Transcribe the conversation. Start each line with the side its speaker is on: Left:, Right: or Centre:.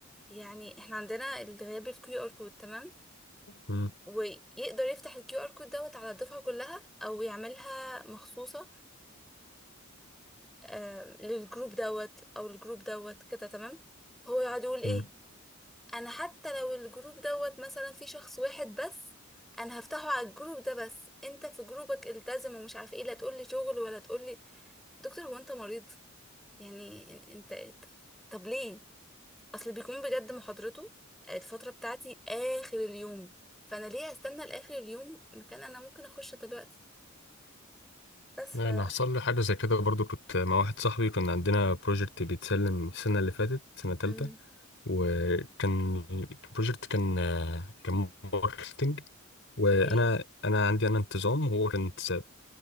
Centre: يعني احنا عندنا الغياب الكيو ار كود تمام
Left: مم.
Centre: ويقدر يفتح الكيو ار كود دوت على الدفعه كلها او يعملها مخصوصه آه، للجروب دوت او الجروب دوت كده تمام هو يقعد يقول ايه
Left: مم.
Centre: انا حتى لو الجروب دوت مثلا في شخص واحد بس انا هفتحه على الجروب ده بس انت في جروبك التزم ومش عارفه ايه لا تقول لي شغل ولا تقول لي دكتور هو انت مريض يعني إن- انت طب ليه اصل بيكون بجد محاضرته الفتره بتاعتي اخر اليوم فانا ليه استنى لاخر اليوم مكان انا ممكن اخش دلوقتي بس
Left: أنا
Centre: ف
Left: حصل لي حاجة زي كده برضو كنت مع واحد صاحبي كنا عندنا بروجكت بيتسلم السنة اللي فاتت سنة تالتة
Centre: امم
Left: وكان البروجكت كان آه، كان ماركتنج وانا
Centre: اوكي
Left: انا عندي انا انتظام وهو كان انتساب